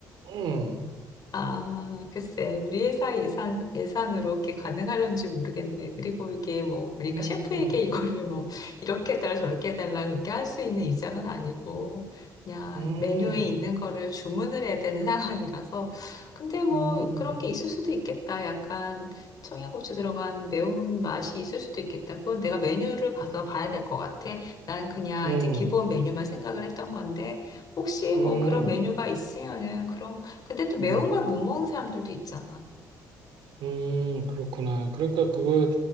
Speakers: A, on the right (about 75°); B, on the left (about 50°).
A: 음,
B: 아, 글쎄, 우리 회사 예산, 예산으로 이렇게 가능할런지 모르겠네. 그리고 이게 뭐, 우리가
A: 음,
B: 셰프에게 이거를 뭐, 이렇게 해달라, 저렇게 해달라, 그렇게 할 수 있는 입장은 아니고, 그냥
A: 음,
B: 메뉴에 있는 거를 주문을 해야 되는 <laughs> 상황이라서. 근데 뭐,
A: 음,
B: 그런 게 있을 수도 있겠다. 약간 청양고추 들어간 매운 맛이 있을 수도 있겠다. 그건 내가 메뉴를 가서 봐야 될 것 같아. 난 그냥
A: 음,
B: 이제 기본 메뉴만 생각을 했던 건데, 혹시 뭐
A: 음.
B: 그런 메뉴가 있으면은 그런 근데 또 매운
A: 음.
B: 걸 못 먹는 사람들도 있잖아.
A: 음, 그렇구나. 그러니까 그걸